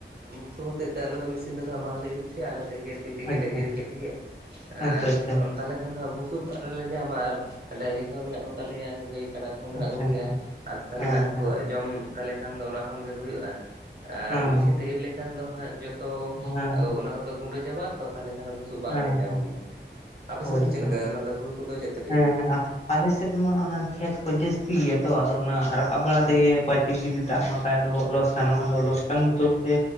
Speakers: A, on the right; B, on the left.
A: ᱵᱩᱥᱩᱵ ᱦᱚᱛᱮᱡ ᱛᱮ, ᱟᱞᱮ ᱫᱚ ᱢᱮᱥᱤᱱ ᱫᱚ ᱦᱟᱜ ᱵᱟᱝ ᱞᱮ ᱤᱨ ᱦᱚᱪᱚᱭᱟ, ᱟᱞᱮᱜᱮ ᱛᱤ᱾ ᱛᱮᱜᱮᱞᱮ
B: ᱟᱪᱪᱷᱟ
A: ᱤᱨ ᱠᱮᱫ ᱜᱮ
B: ᱟᱪᱪᱷᱟ
A: ᱟᱨ
B: ᱟᱪᱪᱷᱟ
A: ᱛᱟᱦᱚᱞᱮ ᱠᱷᱟᱱ ᱫᱚ ᱵᱩᱥᱩᱵ ᱟᱞᱮ ᱞᱮ ᱧᱟᱢᱟ ᱟᱨ ᱰᱟᱹᱝᱨᱤ ᱠᱚᱦᱚᱸ ᱢᱮᱱᱟᱜ ᱠᱚ ᱛᱟᱞᱮᱭᱟ ᱜᱟᱹᱭ ᱠᱟᱰᱟ ᱠᱚᱦᱚᱸ ᱢᱮᱱᱟᱜ
B: ᱟᱪᱪᱷᱟ
A: ᱠᱚᱜᱮᱭᱟ᱾
B: ᱟᱪᱪᱷᱟ
A: ᱛᱟᱦᱚᱞᱮ
B: ᱦᱮᱸ
A: ᱦᱟᱜ, ᱩᱱᱠᱩᱣᱟᱜ
B: ᱦᱮᱸ
A: ᱡᱚᱢ ᱛᱟᱦᱮ ᱠᱷᱟᱱ ᱫᱚ, ᱚᱱᱟ ᱠᱷᱚᱱ ᱜᱮ ᱦᱩᱭᱩᱜᱼᱟ ᱟᱨ
B: ᱦᱮᱸ
A: ᱢᱤᱥᱤᱱ
B: ᱦᱮᱸ
A: ᱛᱮ ᱤᱨ ᱞᱮᱠᱷᱟᱱ ᱫᱚ ᱦᱟᱸᱜ ᱡᱚᱛᱚ
B: ᱦᱮᱸ
A: ᱚᱱᱟ ᱠᱚᱫᱚ ᱜᱩᱸᱰᱟᱹ ᱪᱟᱵᱟ ᱛᱚ ᱛᱟᱦᱚᱞᱮ ᱠᱷᱟᱱ ᱫᱚ ᱵᱩᱥᱩᱵ ᱵᱟᱝᱞᱮ
B: ᱦᱮᱸ ᱦᱮᱸ
A: ᱧᱟᱢ
B: ᱦᱮᱸ
A: ᱜᱮᱭᱟ᱾ ᱟᱯᱮ
B: ᱦᱳᱭ
A: ᱥᱮᱱ ᱫᱚ ᱪᱮᱜ
B: ᱛᱚ
A: ᱞᱮᱠᱟ ᱚᱱᱟ ᱫᱚ ᱦᱩᱲᱩ ᱠᱚᱫᱚ ᱪᱮᱫ ᱛᱮ
B: ᱦᱮᱸ ᱦᱮᱸ ᱟ ᱟᱞᱮᱥᱮᱫ ᱢᱟ ᱚᱱᱟ ᱠᱷᱮᱛ ᱠᱚ ᱡᱟᱹᱥᱛᱤ ᱜᱮᱭᱟ ᱛᱚ ᱟᱫᱚ ᱚᱱᱟ ᱨᱟᱠᱟᱵ ᱵᱟᱲᱟ ᱛᱮᱜᱮ ᱯᱟᱪᱮᱜ ᱡᱩᱫᱤ ᱫᱟᱜ ᱢᱟᱜ ᱟᱫᱚ ᱞᱚᱥᱠᱟᱱᱚᱜᱟ ᱟᱫᱚ ᱞᱚᱥᱠᱟᱱ ᱵᱚᱛᱚᱨᱛᱮ